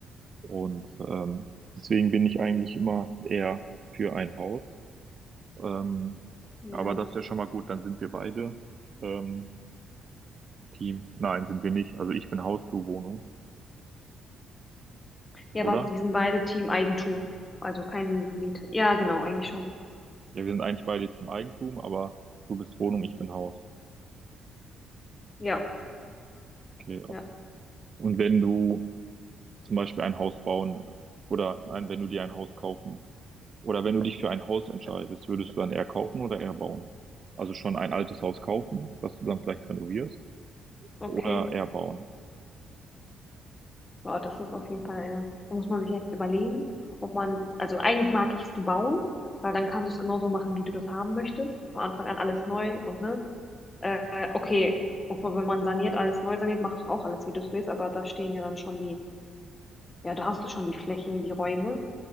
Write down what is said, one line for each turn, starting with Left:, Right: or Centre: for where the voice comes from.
Right: Und ähm, deswegen bin ich eigentlich immer eher für ein Haus. Ähm,
Left: ja.
Right: aber das ist ja schon mal gut, dann sind wir beide ähm, Team. Nein, sind wir nicht. Also ich bin Haus, du Wohnung,
Left: Ja,
Right: oder?
Left: aber wir sind beide Team Eigentum. Also kein Miete. Ja, genau, eigentlich schon.
Right: Ja, wir sind eigentlich beide Team Eigentum, aber du bist Wohnung, ich bin Haus.
Left: Ja,
Right: Okay,
Left: ja.
Right: Und wenn du zum Beispiel ein Haus bauen oder nein, wenn du dir ein Haus kaufen oder wenn du dich für ein Haus entscheidest, würdest du dann eher kaufen oder eher bauen? Also schon ein altes Haus kaufen, das du dann vielleicht renovierst
Left: Okay.
Right: oder eher bauen?
Left: Wow, das ist auf jeden Fall eine, da muss man sich echt überlegen, ob man, also eigentlich mag ich es zu bauen, weil dann kannst du es genauso machen, wie du das haben möchtest. Von Anfang an alles neu und ne, äh, okay, obwohl wenn man saniert, alles neu saniert, machst du auch alles, wie du es willst, aber da stehen ja dann schon die, ja, da hast du schon die Flächen, die Räume.